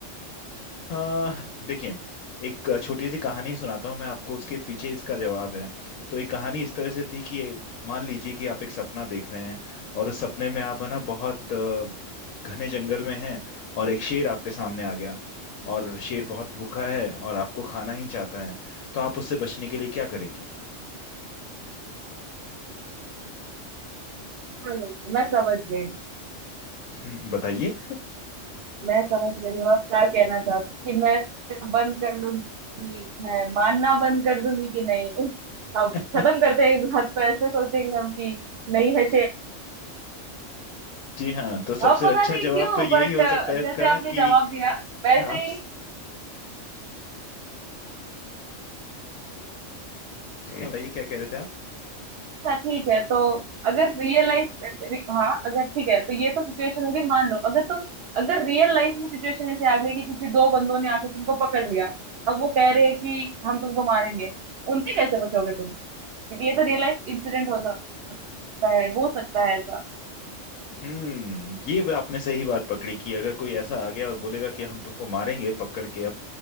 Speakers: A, on the left (about 85°); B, on the right (about 60°).
A: हाँ देखिए एक छोटी सी कहानी सुनाता हूँ मैं आपको उसके पीछे इसका जवाब है तो एक कहानी इस तरह से थी कि मान लीजिए कि आप एक सपना देख रहे हैं और उस सपने में आप है ना बहुत अ, घने जंगल में हैं और एक शेर आपके सामने आ गया और शेर बहुत भूखा है और आपको खाना ही चाहता है तो आप उससे बचने के लिए क्या करेंगी
B: हाँ, मैं समझ गई
A: <laughs> बताइए
B: मैं समझ गई हूँ आप क्या कहना चाहते हो कि मैं बंद कर लूंगी मैं मानना बंद कर दूंगी कि नहीं <laughs> अब
A: <laughs>
B: खत्म करते हैं इस बात को ऐसे सोचेंगे हम कि नहीं है शेर
A: जी हाँ तो सबसे
B: अब पता
A: अच्छा
B: नहीं
A: जवाब
B: क्यों
A: तो यही
B: बट
A: हो सकता है इसका
B: जैसे आपने
A: कि
B: जवाब दिया वैसे
A: आप
B: ही
A: जी हाँ, बताइए क्या कह रहे थे आप
B: अच्छा ठीक है तो अगर रियल लाइफ हाँ अगर ठीक है तो ये तो सिचुएशन होगी मान लो अगर तुम अगर रियल लाइफ में सिचुएशन ऐसे आ गई कि किसी दो बंदों ने आके तुमको पकड़ लिया अब वो कह रहे हैं कि हम तुमको मारेंगे उनसे कैसे बचोगे तुम क्योंकि ये तो रियल लाइफ इंसिडेंट हो सकता है हो सकता है ऐसा
A: हम्म ये भी आपने सही बात पकड़ी कि अगर कोई ऐसा आ गया और बोलेगा कि हम तुमको मारेंगे पकड़ के अब